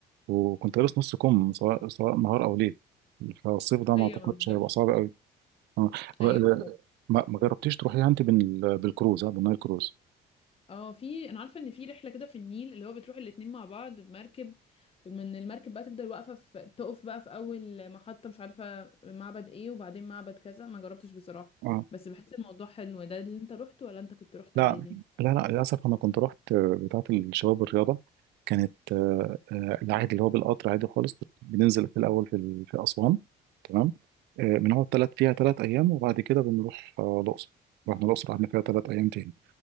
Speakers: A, on the right; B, on the left.
A: وكنت لابس نص كم سواء سواء نهار او ليل فالصيف ده ما
B: أيوة
A: اعتقدش
B: ما بالظبط
A: هيبقى صعب قوي اه ب-
B: أيوة بالظبط
A: ما ما جربتيش تروحيها انت بال- بالكروز اه بالنايل كروز
B: اه في أنا عارفة إن في رحلة كده في النيل اللي هو بتروح الاتنين مع بعض بمركب ومن المركب بقى تفضل واقفة في تقف بقى في أول محطة مش عارفة معبد ايه وبعدين معبد كذا ما جربتش بصراحة
A: اه
B: بس بحس الموضوع حلو ده اللي انت روحته ولا انت كنت روحت
A: لا
B: عادي؟
A: لا لا للأسف أنا كنت رحت آه، بتاعة الشباب الرياضة كانت آه، آه، العادي اللي هو بالقطر عادي خالص بت- بننزل في الأول في ال- في أسوان تمام آه، بنقعد تلات فيها تلات أيام وبعد كده بنروح آه، الأقصر رحنا الأقصر قعدنا فيها تلات أيام تاني